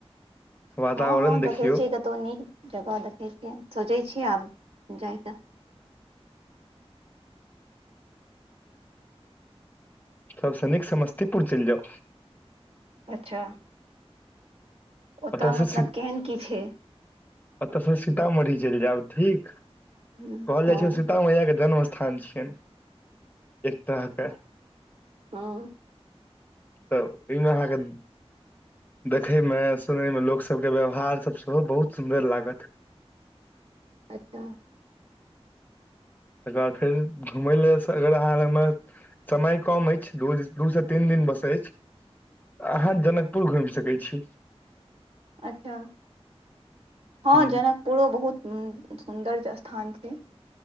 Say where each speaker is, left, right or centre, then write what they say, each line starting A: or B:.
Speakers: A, on the left; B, on the right.
A: वातावरण
B: हँ हँ
A: देखियौ
B: देखै छियै कतहु नीक जगह देखै छियै सोचै छियै आब जाइ कऽ
A: सबसे नीक समस्तीपुर चलि जाउ
B: अच्छा ओतय
A: ओतयसँ
B: मतलब
A: सी
B: केहन की छै
A: ओतयसँ सीतामढ़ी चलि जाउ ठीक
B: हूँ
A: कहल जाय
B: हँ
A: छै ओ सीता मैया के जन्म स् हँ छीयैन एकताके
B: हँ
A: तऽ ओहिमे अहाँके देखयमे सुनयमे लोकसभके व्यवहारसभ सेहो बहुत सुन्दर लागत
B: अच्छा
A: तकर बाद फेर घुमय लेल अगर अहाँ लगमे समय कम अछि दू दू सँ तीन दिन बस अछिऽ अहाँ जनकपुर घुमि सकै छी
B: अच्छा हँ
A: ह
B: जनकपुरो बहुत सुन्दर स्थान छै